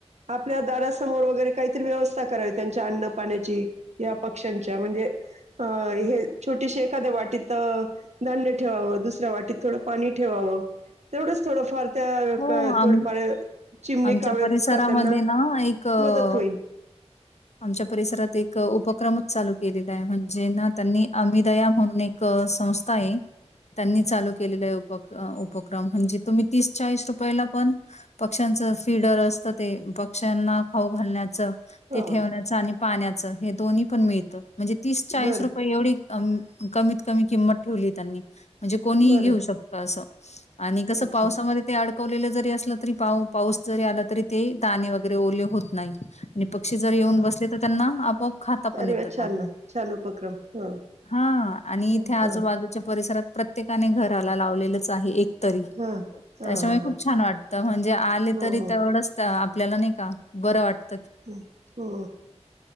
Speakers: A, on the right; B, on the left.
A: आपल्या दारासमोर वगैरे काहीत व्यव व्यवस्था करायची त्यांच्या अन्नपाण्याची पक्षांच्या छोटे म्हणजे छोटीशी एका. एखाद्या वाटीत धान्य ठेवावं दुसऱ्या वाटीत थोडे पाणी ठेवावे तेवढेच थोडाफार. त्या
B: हो, आम
A: थोडफार चिमणी
B: आमच्या
A: कावळे
B: परिसरामध्ये
A: दिसतात. त्यांना
B: ना एक अ,
A: मदत होईल
B: आमच्या परिसरात एक उपक्रम. चालू केलेलं आहे, म्हणजे ना त्यांनी अमिदया म्हणून एक संस्था आहे. त्यांनी चालू केलेले उपक्रम म्हणजे तुम्ही तीस. चाळीस रुपयाला पण पक्ष्यांच फीडर असतं ते पक्ष्यांना खाऊ घालण्याचं
A: हा
B: ते ठेवण्याचं आणि पाण्याचं हे दोन्ही पण मिळतं म्हणजे तीस चाळीस
A: बरं
B: रुपये एवढी. कमीत कमी किंमत ठेवली. त्यांनी म्हणजे कोणीही
A: बरं
B: घेऊ शकत असं. आणि कसं
A: अच्छा
B: पावसामध्ये ते अडकवलेलं जरी असलं तरी पाऊस जरी आला तरी ते दाणे वगैरे ओले होत नाही आणि पक्षी जर येऊन
A: हा
B: बसले तर त्यांना आपोआप खाता पण
A: अरे
B: येतं
A: वा
B: त्यातून
A: छान ना छान उपक्रम हा
B: हा आणि
A: हा
B: इथे आजूबाजूच्या
A: हा
B: परिसरात प्रत्येकाने घराला लावलेलंच आहे एक तरी.
A: हा हा
B: त्याच्यामुळे
A: हा
B: खूप
A: हा
B: छान वाटतं म्हणजे आले
A: हो
B: तरी तेवढचत आपल्याला नाही का बरं वाटत.
A: हो